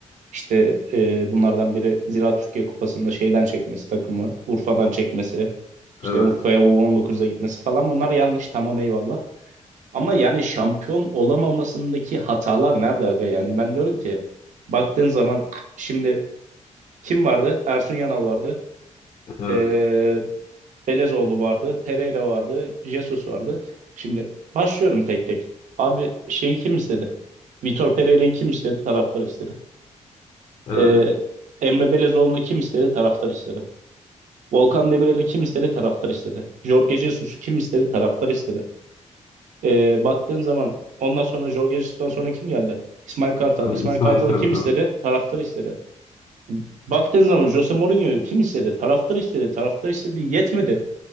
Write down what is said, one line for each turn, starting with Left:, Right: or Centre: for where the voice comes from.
Right: İşte e, bunlardan biri Ziraat Türkiye Kupası'nda şeyden çekmesi takımı, Urfa'dan çekmesi, işte
Left: Evet,
Right: Urfa'ya U19'da gitmesi falan bunlar yanlış tamam eyvallah. Ama yani şampiyon olamamasındaki hatalar nerede aga? Yani ben diyorum ki baktığın zaman şimdi kim vardı? Ersun Yanal vardı.
Left: evet,
Right: E, Belezoğlu vardı, Pereira vardı, Jesus vardı. Şimdi başlıyorum tek tek. Abi şeyi kim istedi? Vitor Pereira'yı kim istedi? Taraftar istedi.
Left: evet.
Right: Ee, Emre Belezoğlu'nu kim istedi? Taraftar istedi. Volkan Demirel'i kim istedi? Taraftar istedi. Jorge Jesus'u kim istedi? Taraftar istedi. Ee, baktığın zaman ondan sonra Jorge Jesus'tan sonra kim geldi? İsmail Kartal.
Left: Ee,
Right: İsmail
Left: İsmail
Right: Kartal'ı
Left: Kartal.
Right: kim istedi? Taraftar istedi. Baktığın zaman Jose Mourinho'yu kim istedi? Taraftar istedi. Taraftar istedi. Yetmedi.